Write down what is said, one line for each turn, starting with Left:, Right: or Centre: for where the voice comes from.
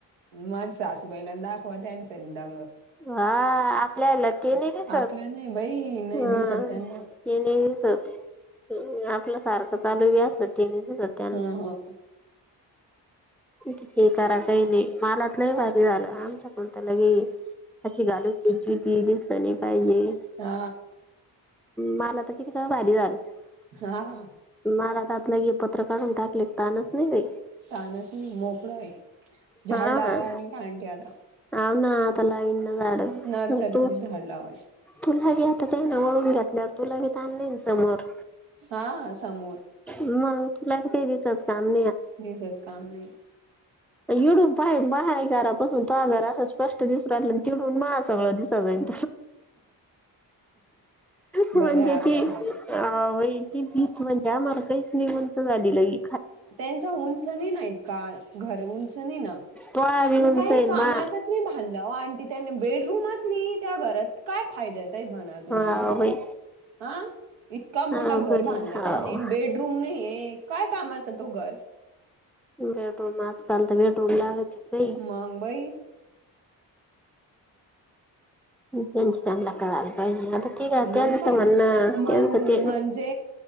Right: मज सासूबाई न दाखवा त्यानस दंग
Centre: हा आपल्याला ते नाही स
Right: आपलं नाही बाई नाही
Centre: हा
Right: दिसत त्यांना.
Centre: ते आपल्या सारखं चालू व्याजलं तेनीच त्यां
Right: हं हं
Centre: किती करा काही नाही मालातलंही भारी झालं आमच्या कोण त्याला गे अशी घालून घ्यायची ती दिसलं नाही पाहिजे
Right: हा
Centre: मला तर किती का भारी झालं
Right: हा
Centre: मला तर तलाग पत्र काढून टाकले ताानच नाही बा
Right: ानस नाही मोकळाय झाड
Centre: हा
Right: लाग नाही का आणट आता
Centre: हाव ना आतला इन झाड
Right: नर्सरीची
Centre: म तू
Right: झाड लावायची
Centre: तुलाे आताात नाळ घल्यावर तुला आण समोर
Right: हा समोर
Centre: मग तुला काही दिसच काम
Right: ज सस काम नाही
Centre: युडूब पा पहा आहे घरापासून तो आ घरा कष्ट दिस राहिलं तिटून मा सगळं दिस जाईन म्हणजे
Right: बरं आहे आपल्या
Centre: ती
Right: आपल्याला
Centre: अ व भीत म्हणजे मार्गईच निघूनच झालेलं आहे
Right: त्यां उंच नाही का घ उंच नाही न
Centre: तो बी
Right: अन
Centre: उंच
Right: काही
Centre: आहे
Right: कामाचं
Centre: मा
Right: नाही भांडण बेडरूमच नाही त्या घरात काय फायद्याच आहे म्हणा तुम्ही
Centre: हा बाई
Right: हा इतका मोठा
Centre: अवघड
Right: घर बांधलं
Centre: आहे हाव
Right: त्यांनी बेडरूम नाही काय कामाच तू घर
Centre: बेड्रूम आजकाल तर बेड्रूम लागत बाई
Right: मगबाई
Centre: त्यांच त्यांला कळायला पाहिजे आता ठीक आहे त्यांचं
Right: मग काय
Centre: म्हणणं
Right: मण
Centre: त्यांचं ते
Right: म्हणजे